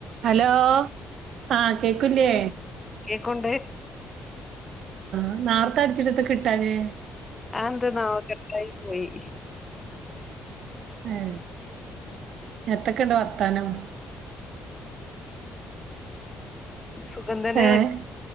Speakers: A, on the right; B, on the left.
A: Hello ആഹ കേക്കില്ലേ
B: ക്കൊണ്ട്
A: ഇന്ന് ആർക്കാ അടിച്ചിട്ട് കിട്ടാനേ
B: അന്ത് നാവ കത്തായി <inaudible> പോയി
A: ഏ എത്തൊക്കെ ഇണ്ട് വർത്താനം
B: സുഗം തന്നെയാണ്
A: ഏഹ്